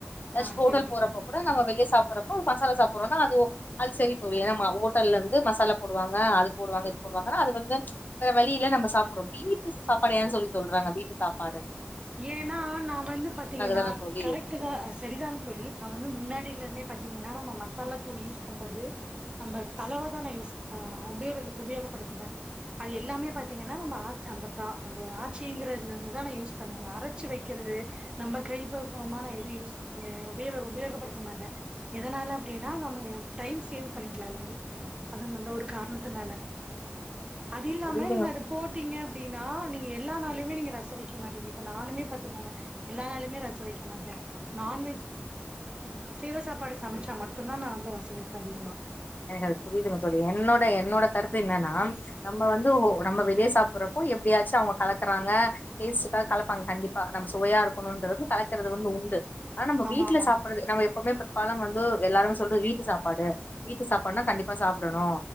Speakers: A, on the left; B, on the right.
A: அஷ்
B: ஆ ஆ
A: ஹோட்டல்
B: சரிங்க
A: போறப்ப
B: தோழி
A: கூட நாங்க வெளியே சாப் புறப்ப மசாலா சாப்பிடுறோன்னா அது ஓக் அது சரி தோழி ஏனா ம ஓட்டல்லந்து மசாலா போடுவாங்க அது போடுவாங்க இது போடுவாங்கன்னா அது வந்து வேற வழியில்ல நம்ம சாப்றோ வீட்டு சாப்பாடு ஏன் சொல்லி சொல்றாங்க வீட்டு சாப்பாடு
B: ஏனா நா வந்து பாத்தீங்கன்னா
A: தான தோழி
B: கரெக்ட்டு தா ஆ சரிதாங் தோழி நா வந்து முன்னாடிலருந்தே பாத்தீங்கன்னா நா மசாலா தூள் யூஸ் பண்றது நமக் அளவா தா நா யூஸ் ஆ உபயோகப் உபயோகப்படுத்துவே அது எல்லாமே பாத்தீங்கன்னா நம்ம ஆச் அந்த ப்ரா அந்த ஆச்சிங்கிறதுலருந்து தா நா யூஸ் பண்ணுவேங்க அரச்சு வெக்கிறது நம்ம கைப்பவ் வ் மான எது யூஸ் ஆ உபயோக உபயோகப்படுத்த மாட்டே எதனால அப்டின்னா நம்ம டைம் சேவ் பண்ணிக்லால்லைங்க் அ அந்த ஒரு காரணத்துனால அதில்லாம
A: புரியுதுங்க
B: நீங்க அது போட்டீங்க அப்டீனா நீங்க எல்லா நாளுமே நீங்க ரச வெக்க மாட்டீங்க ப நானுமே பாத்துக்கோங்க எல்லா நாளுமே ரச வெக்க மாட்டே நான்வெஜ் ஆ அசைவ சாப்பாடு சமைச்சா மட்டுந்தா நா வந்து ரச வெப்பே அதிகமா
A: எனக்கது புரியுதுங்க தோழி என்னோட என்னோடக் கருத்து என்னன்னா
B: ம்
A: நம்ம வந்து ஒ நம்ம வெளிய ஸ் சாப்படுறப்போ எப்படியாச்சூ அவுங்க கலக்குறாங்க டேஸ்டுக்காக கலப்பாங்க கண்டிப்பா நம்ம சுவையா இருக்கணுன்றது கலக்கிறது வந்து உண்டு அத நம்ம
B: ஆமா
A: வீட்டல
B: ஆமாங்க
A: சாப்படுறது நம்ம எப்பவுமே ப பழம் வந்து எல்லாருமே சொல்றது வீட்டு சாப்பாடு வீட்டு சாப்பாடுனா கண்டிப்பா சாப்டணு